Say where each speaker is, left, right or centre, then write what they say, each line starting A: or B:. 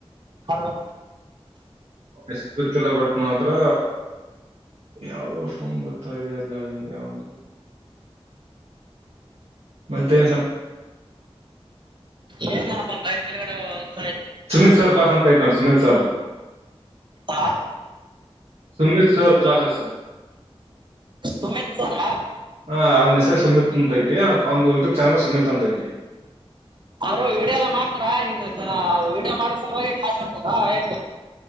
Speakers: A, on the right; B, on the right.
A: ಹರು
B: ಎಸ್ ಗೊತ್ತಿಲ್ಲ ಬಟ್ ನನ್ನತ್ರ ಯಾವ್ದೋ ಫೋನ್ ಗೊರ್ತ್ತ ಇದೆ ಎಲ್ಲಮ್ಗೆ ಯಾವ್ದು. ಮತ್ತೇನು ಸಮ.
A: ಏನ ಬಕ್ ಮಳಗಡೆ <unintelligible>
B: ಸುಮಿತ್ ಸರ್ ಕ್ಲಾಸ್ ಅಂತ ಐತ್ ನೋಡ್ ಸುಮಿತ್ ಸರ್.
A: ಹಾ
B: ಸುಮತ್ ಸರ್ ಕ್ಲಾಸ ಸ
A: ಸುಮಿತ್ ಸರ
B: ಹ ಅವನ ಹೆಸರ ಸುಮ್ಮೆತ್ ಅಂತ ಐತಿ ಅವಂದು ಯುಟ್ಯೂಬ್ ಚ ಸುಮಿತ್ ಅಂತ ಐತಿ
A: ಅವರು ವೀಡಿಯೋ ಎಲ್ಲ ಮಾಡ್ತಾರಾ ಹಿಂಗ ಜನ ವೀಡಿಯೋ ಮಾಡೋಸ ಹೋಗ ಮಾ ಅನ್ತದಾ